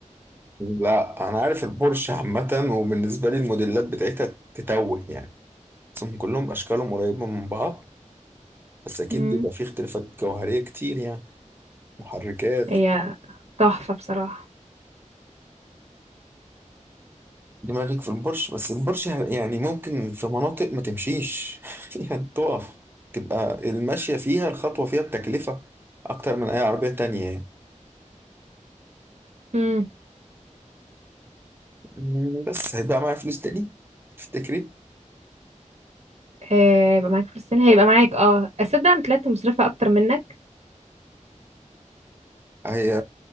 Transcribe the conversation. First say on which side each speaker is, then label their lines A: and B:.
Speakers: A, on the right; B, on the right.
A: لا انا عارف البورش عامه وبالنسبه لي الموديلات بتاعتها تتوه يعني بس هم كلهم اشكالهم قريبه من بعض بس اكيد
B: امم
A: بيبقى فيه اختلافات جوهريه كتير يعني محركات
B: هي تحفة بصراحة
A: دماغك في البورش بس البورش يعني ممكن في مناطق ما تمشيش <laughs> يعني تقف تبقى الماشيه فيها الخطوه فيها بتكلفه اكتر من اي عربيه تانية يعني
B: امم
A: مم، بس هيبقى معايا فلوس تاني تفتكري
B: آه، يبقى معاك فلوس السنة هيبقى معاك اه اصدق انا طلعت مصرفة اكتر منك
A: هي